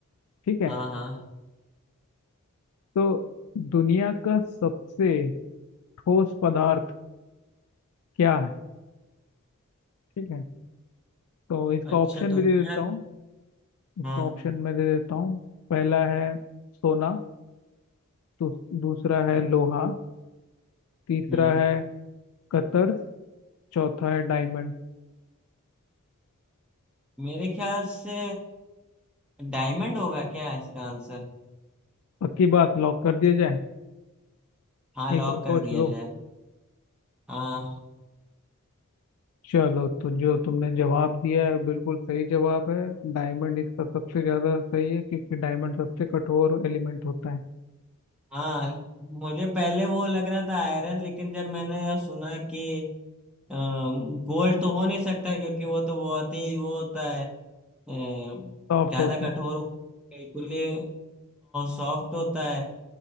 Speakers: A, on the left (about 70°); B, in the centre.
A: ठीक है
B: हाँ हाँ
A: तो दुनिया का सबसे ठोस पदार्थ क्या है ठीक है तो इसका
B: अच्छा
A: ऑप्शन
B: दुनिया
A: भी दे देता हूँ इसका
B: हाँ
A: ऑप्शन मैं दे देता हूँ पहला है सोना दू, दूसरा है लोहा तीसरा
B: हम्म
A: है कतर्स चौथा है डायमंड
B: मेरे ख्याल से डायमंड होगा क्या इसका आंसर
A: पक्की बात लॉक कर दिया जाए
B: हाँ
A: एक
B: लॉक
A: बार सोच
B: कर दिया
A: लो
B: जाए हाँ
A: चलो तो जो तुमने जवाब दिया है बिल्कुल सही जवाब है डायमंड इसका सबसे ज्यादा सही है क्योंकि डायमंड सबसे कठोर एलिमेंट होता है
B: हाँ मुझे पहले वो लग रहा था आयरन लेकिन जब मैंने सुना कि गोल्ड तो हो नहीं सकता क्योंकि वो तो बहुत ही वो होता है अ,
A: सॉफ्ट
B: ज्यादा
A: होता है
B: कठोर बिल्कुल ही सॉफ्ट होता है